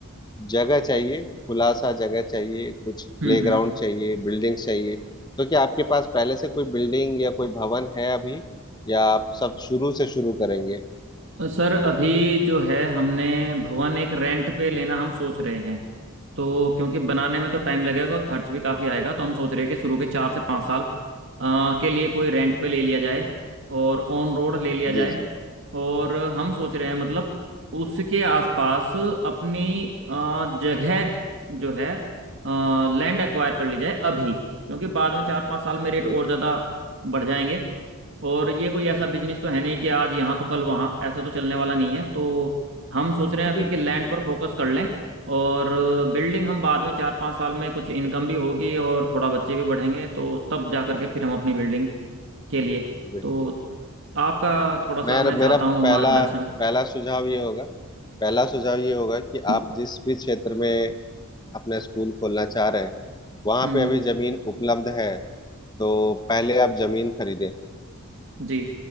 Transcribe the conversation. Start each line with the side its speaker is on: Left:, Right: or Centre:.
Left: जगह चाहिए खुला सा जगह चाहिए कुछ
Right: हम्म
Left: प्लेग्राउंड
Right: हम्म
Left: चाहिए बिल्डिंग चाहिए तो क्या आपके पास पहले से कोई बिल्डिंग या कोई भवन है अभी या आप सब शुरू से शुरू करेंगे
Right: सर अभी जो है हमने भवन एक रेंट पे लेना हम सोच रहे हैं तो क्योंकि बनाने में तो टाइम लगेगा खर्च भी काफ़ी आएगा तो हम सोच रहे हैं कि शुरू के चार से पाँच साल अ, के लिए कोई रेंट पे ले लिया जाए और ऑन रोड ले लिया जाए
Left: जी जी
Right: और हम सोच रहे हैं मतलब उसके आसपास अपनी अ, जगह जो है लैंड एक्वायर कर ली जाए अभी क्योंकि बाद में चार पाँच साल में रेट
Left: जी
Right: और ज़्यादा बढ़ जाएंगे और ये कोई ऐसा
Left: जी
Right: बिजनेस तो है नहीं कि आज यहाँ तो कल वहाँ ऐसा तो चलने वाला नहीं है तो हम सोच रहे हैं
Left: बिल्कुल
Right: अभी कि लैंड पर फोकस कर लें और बिल्डिंग हम बाद में चार पाँच साल में कुछ इनकम भी होगी और थोड़ा बच्चे भी बढ़ेंगे तो तब जा करके फिर हम अपनी बिल्डिंग के लिए
Left: जी
Right: तो आपका थोड़ा सा
Left: मेरा
Right: मैं चाहता
Left: मेरा
Right: हूँ
Left: पहला
Right: मार्गदर्शन
Left: पहला सुझाव ये होगा पहला सुझाव ये होगा कि
Right: हम्म
Left: आप जिस भी क्षेत्र में अपना स्कूल खोलना चाह रहे हैं वहां
Right: हम्म,
Left: पे अभी जमीन उपलब्ध है तो पहले आप जमीन खरीदें
Right: जी